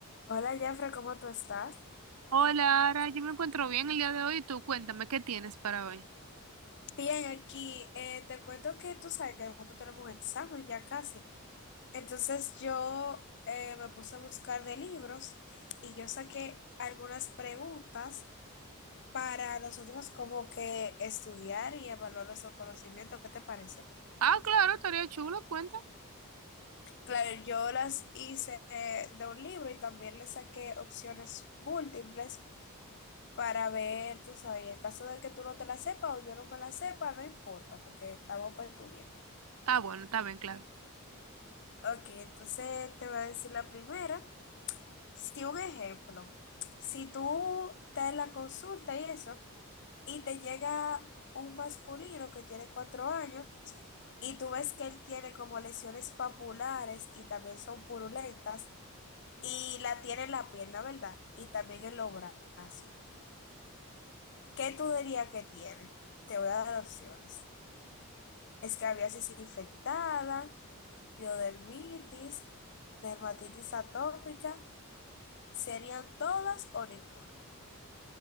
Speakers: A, on the left; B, on the right.
A: Hola, Jeffrey, ¿cómo tú estás?
B: Hola, Ara, yo me encuentro bien el día de hoy. Tú cuéntame, ¿qué tienes para hoy?
A: Bien, aquí eh, te cuento que tú sabes que nosotros tenemos un examen ya casi. Entonces yo eh, me puse a buscar de libros y yo saqué algunas preguntas para nosotros como que estudiar y evaluar nuestro conocimiento. ¿Qué te parece?
B: Ah, claro, estaría chulo, cuenta.
A: Claro, yo las hice eh, de un libro y también le saqué opciones múltiples para ver, tú sabes, en caso de que tú no te la sepas o yo no me la sepa, no importa porque estamos para estudiar.
B: Ah, bueno, está bien, claro.
A: Ok, entonces te voy a decir la primera. Si un ejemplo, si tú te la consulta y eso, y te llega un masculino que tiene cuatro años y tú ves que él tiene como lesiones papulares y también son purulentas y la tiene en la pierna, ¿verdad? Y también en los brazos. ¿Qué tú dirías que tiene? Te voy a dar opciones. Escabiasis infectada, piodermitis, dermatitis atópica serían todas o ninguna.